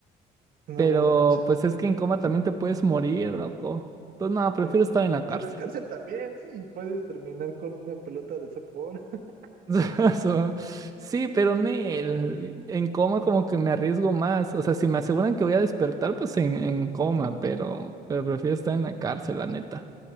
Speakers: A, on the right (about 60°); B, on the right (about 20°).
A: No
B: Pero
A: manches.
B: pues es que en coma también te puedes morir, loco. Entonces, no, prefiero
A: sí.
B: estar en la cárcel.
A: En la cárcel también, ¿eh? Y puedes terminar con una pelota de softball. <laughs>
B: <laughs> So, Sí, pero Nel, en coma como que me arriesgo más. O sea, si me aseguran que voy a despertar, pues en, en coma, pero, pero prefiero estar en la cárcel, la neta.